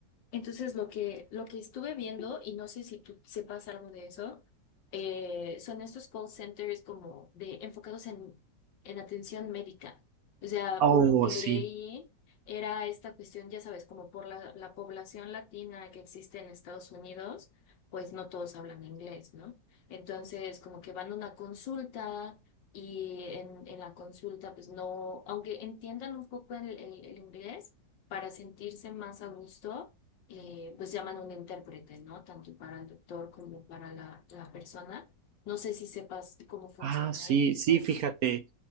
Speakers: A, on the left (about 80°); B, on the right (about 65°).
A: Entonces, lo que, lo que estuve viendo, y no sé si tú sepas algo de eso, eh, son estos call centers como de enfocados en, en atención médica. O sea,
B: Oh,
A: por lo que
B: sí.
A: leí, era esta cuestión, ya sabes, como por la, la población latina que existe en Estados Unidos, pues no todos hablan inglés, ¿no? Entonces, como que van a una consulta y en, en la consulta, pues no, aunque entiendan un poco el el- el inglés, para sentirse más a gusto eh, pues llaman un intérprete, ¿no? Tanto para el doctor como para la, la persona. No sé si sepas cómo funciona
B: Ah, sí,
A: eso.
B: sí, fíjate.